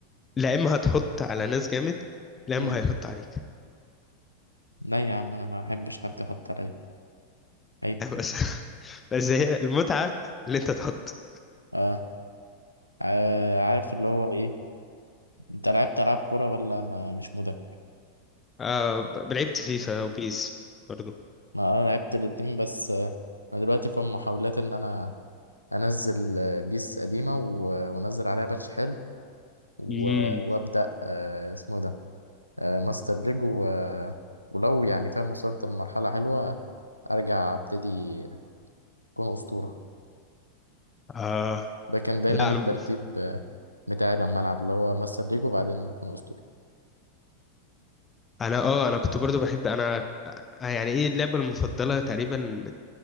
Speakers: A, on the left; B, on the right.
A: لا اما هتحط على ناس جامد لا
B: مم.
A: اما هيحط عليك
B: لا يا عم انا ما احبش حد يحط عليا عيب
A: <laughs> بس بس هي المتعة اللي انت تحط
B: اه آه، عارف اللي هو ايه انت لعبت العاب كوره ولا ما مش مدك
A: آه ب- لعبت فيفا وبيس برضو
B: ما انا لعبت الاتنين بس آه، انا دلوقتي في محاولات ان انا انزل آه، بيس قديمه و- وانزل عليها باتش حلو و-
A: امم
B: وابدا آه، اسمه إيه ده آه، ماستر ليج و... ولو يعني فاهم وصلت لمرحله حلوه ارجع ابتدي اكون اسطوره
A: آه
B: ده كان دايما
A: لا
B: الترتيب
A: انا
B: آه، بتاعي لما العب اللي هو ماستر ليج وبعدين اكون اسطوره
A: انا اه انا كنت برضو بحب انا آه، يعني ايه اللعبة المفضلة تقريبا